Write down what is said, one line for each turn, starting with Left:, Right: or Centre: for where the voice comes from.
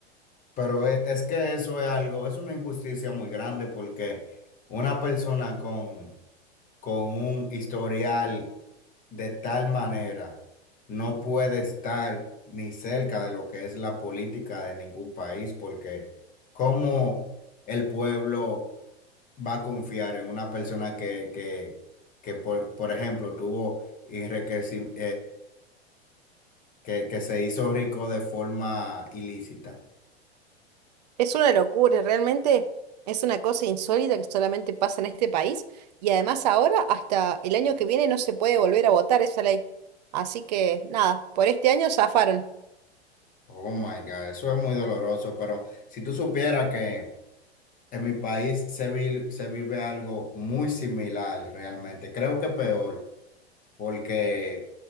Left: Pero e- es, que eso es algo, es una injusticia muy grande porque una persona con, con un historial de tal manera no puede estar ni cerca de lo que es la política de ningún país porque ¿cómo el pueblo va a confiar en una persona que, que, que por, por ejemplo, tuvo enriquecimiento? que, que se hizo rico de forma ilícita.
Right: Es una locura, realmente es una cosa insólita que solamente pasa en este país y además ahora hasta el año que viene no se puede volver a votar esa ley. Así que nada, por este año zafaron.
Left: Oh my God, eso es muy doloroso, pero si tú supieras que en mi país se, vi- se vive algo muy similar realmente, creo que peor, porque